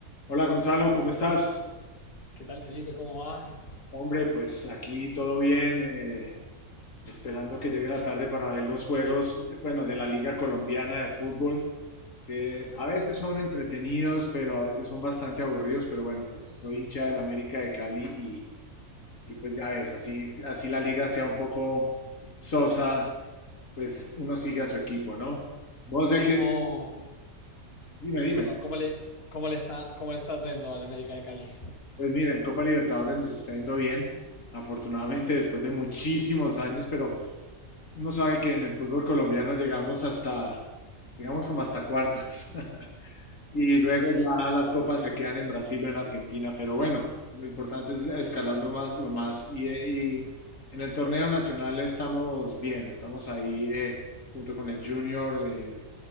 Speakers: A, on the left; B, on the left.
A: Hola Gonzalo, ¿cómo estás?
B: ¿Qué tal, Felipe? ¿Cómo va?
A: Hombre, pues aquí todo bien, eh, esperando que llegue la tarde para ver los juegos, de- bueno, de la Liga Colombiana de Fútbol, que a veces son entretenidos, pero a veces son bastante aburridos, pero bueno, pues soy hincha del América de Cali y, y pues ya ves, así, así la liga sea un poco sosa, pues uno sigue a su equipo, ¿no? Vos de
B: ¿Cómo,
A: qué, dime, dime.
B: perdón, cómo le, cómo le está, cómo le está yendo al América de Cali?
A: Pues mira, en Copa Libertadores nos está yendo bien, afortunadamente después de muchísimos años, pero... Uno sabe que en el fútbol colombiano llegamos hasta, digamos como hasta cuartos, <laughs> y luego
B: Ok.
A: ya las copas se quedan en Brasil o en Argentina, pero bueno, lo importante es escalar lo más, lo más, y, eh, y en el torneo nacional estamos bien, estamos ahí eh, junto con el Junior eh,